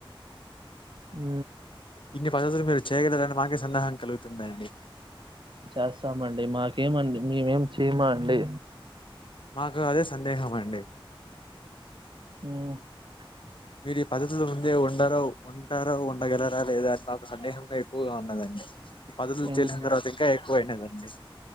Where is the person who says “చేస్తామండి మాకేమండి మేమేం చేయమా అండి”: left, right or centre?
Right